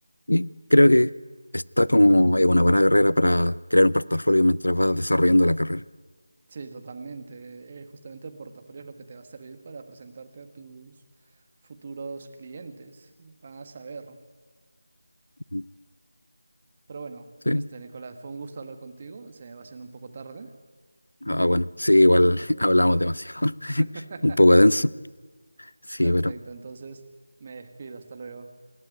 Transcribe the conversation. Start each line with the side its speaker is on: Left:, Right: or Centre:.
Left: y creo que está como eh, una buena carrera para crear un portafolio mientras vas desarrollando la carrera.
Right: Sí, totalmente. Eh, justamente el portafolio es lo que te va a servir para presentarte a tus futuros clientes. Van a saber.
Left: Ujú.
Right: Pero bueno,
Left: Sí,
Right: este, Nicolás, fue un gusto hablar contigo. Se me va haciendo un poco tarde.
Left: ah, bueno, sí, igual <laughs> hablamos demasiado, <laughs>
Right: <laughs>
Left: un poco denso. Sí,
Right: Perfecto,
Left: pero
Right: entonces me despido. Hasta luego.